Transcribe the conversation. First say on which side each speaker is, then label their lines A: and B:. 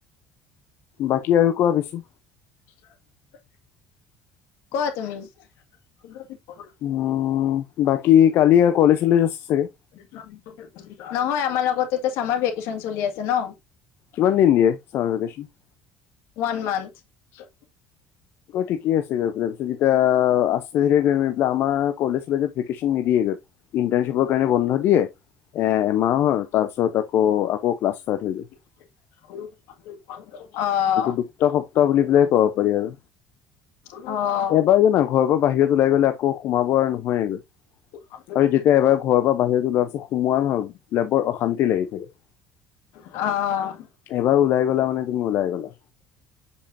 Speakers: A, on the left; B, on the left.
A: বাকী আৰু কোৱা বেছি
B: <inaudible> কোৱা তুমি। <unintelligible>
A: উম বাকি কালি আৰু কলেজ চলেজ আছে চাগে?
B: নহয় আমাৰ লগতে এতিয়া চামাৰ ভেকেচন চলি আছে ন'
A: কিমান দিন দিয়ে চামাৰ ভেকেচন। <unintelligible>
B: One month.
A: ঠিকেই আছে গৈ তাৰ পিছত যেতিয়া আছে ধ গৈ আমাৰ কলেজলে ভেকেশ্যচন নিদিয়ে গৈ। ইণ্টাৰ্শিপৰ কাৰণে বন্ধ দিয়ে। এ এমাহৰ তাৰ পিছত আকৌ আকৌ ষ্টাৰ্ট হৈ যায়।
B: অ'
A: দুগ সপ্তাহ বুলি পেলাই ক'ব পাৰি আৰু।
B: অ'
A: এবাৰ জানা ঘৰৰ পৰা বাহিৰত ওলাই গ'লে আকৌ সোমাব আৰু নহয়েগৈ।
B: অ অ
A: আৰু যেতিয়া এবাৰ ঘৰ পৰা বাহিৰত ওলোৱা আছ সোমোৱা নহয় বোলে বৰ অশান্তি লাগি থাকে।
B: অ'
A: এবাৰ ওলাই গ'লা মানে তুমি ওলাই'গলা।